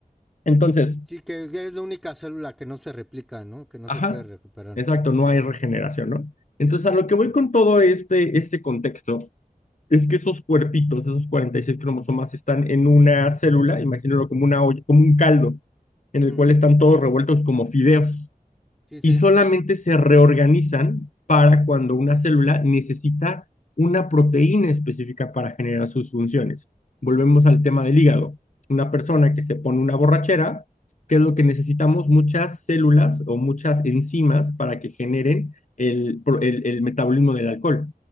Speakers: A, on the left (about 55°); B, in the centre.
A: Entonces,
B: Sí, que es la única célula que no se replica, ¿no? Que no
A: Ajá,
B: se puede recuperar.
A: exacto, no hay regeneración, ¿no? Entonces, a lo que voy con todo este, este contexto es que esos cuerpitos, esos 46 cromosomas, están en una célula, imagínalo como una olla, como un caldo, en el
B: Ujú,
A: cual están todos revueltos como fideos
B: Sí, sí.
A: y solamente se reorganizan para cuando una célula necesita una proteína específica para generar sus funciones. Volvemos al tema del hígado. Una persona que se pone una borrachera, qué es lo que necesitamos? Muchas células o muchas enzimas para que generen el, el, el metabolismo del alcohol.